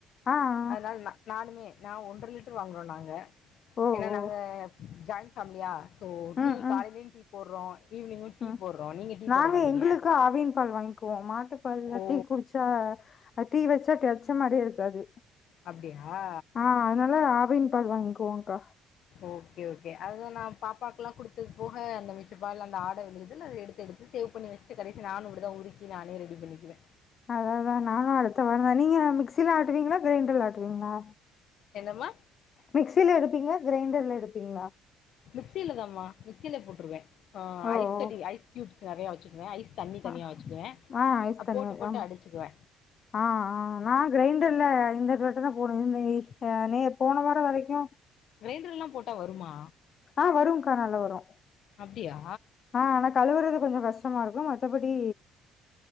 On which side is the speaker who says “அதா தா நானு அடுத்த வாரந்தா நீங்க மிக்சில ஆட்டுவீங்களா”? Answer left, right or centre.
Left